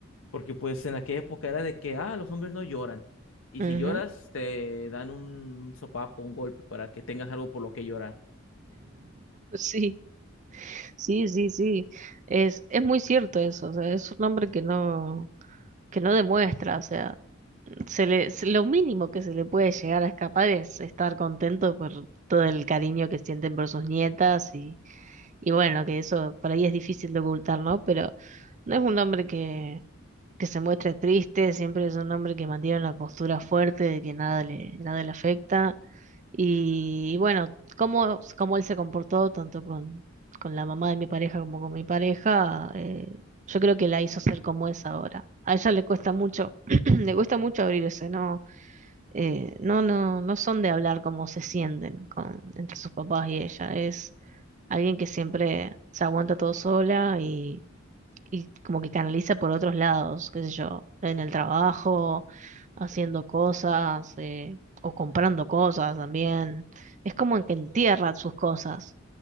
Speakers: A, on the left; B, on the right.
A: porque pues en aquella época era de que, ah, los hombres no lloran, y
B: Ujú,
A: si lloras te dan un sopapo, un golpe para que tengas algo por lo que llorar.
B: Sí. Sí, sí, sí. Es, es muy cierto eso. O sea, es un hombre que no, que no demuestra. O sea, se le, se- lo mínimo que se le puede llegar a escapar es estar contento por todo el cariño que sienten por sus nietas y, y bueno, que eso por ahí es difícil de ocultar, ¿no? Pero no es un hombre que, que se muestre triste, siempre es un hombre que mantiene una postura fuerte de que nada le, nada le afecta. Y, y bueno, cómo, cómo él se comportó tanto con, con la mamá de mi pareja como con mi pareja, eh, yo creo que la hizo ser como es ahora. A ella le cuesta mucho, <clears throat> le cuesta mucho abrirse, no, eh, no, no, no son de hablar cómo se sienten con, entre sus papás y ella. Es alguien que siempre se aguanta todo sola y como que canaliza por otros lados, qué sé yo, en el trabajo, haciendo cosas, eh, o comprando cosas también. Es como en que entierra sus cosas.